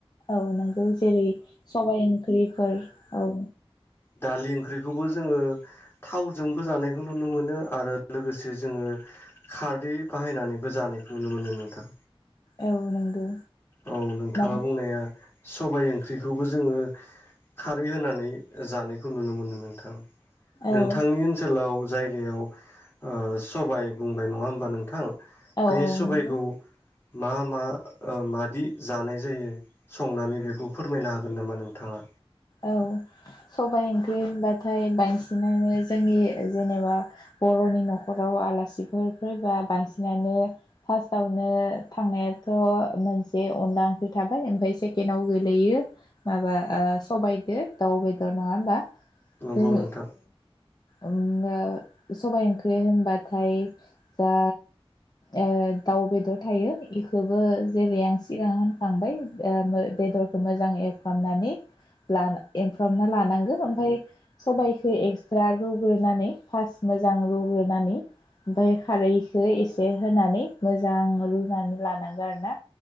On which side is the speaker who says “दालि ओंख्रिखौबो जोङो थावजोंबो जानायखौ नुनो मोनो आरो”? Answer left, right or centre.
Left